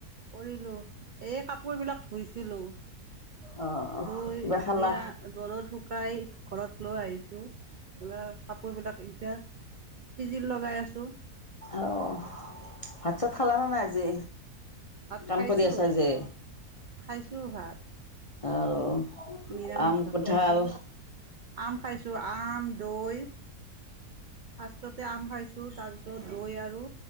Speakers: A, on the right; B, on the left.
A: কৰিলো এই কাপোৰ বিলাক ধুইছিলো।
B: অ'
A: থই
B: কিবা
A: এতিয়া
B: খালা
A: ঘৰত শুকাই ঘৰত লৈ আহিছোঁ এইব কাপোৰবিলাক এতিয়া। চিজিল লগাই আছো।
B: অ', ভাত চাত খালা নে নাই আজি?
A: ভাত
B: কাম
A: খাইছো
B: কৰি আছা যে
A: খাইছো ভাত।
B: আৰু
A: নিৰামিষ
B: আম
A: ভাত
B: কঁঠাল
A: খাইছো, আম খাইছো আম। ৰ'ল। ফাৰ্ষ্টতে আম খাইছো তাৰপিছত দৈ আৰু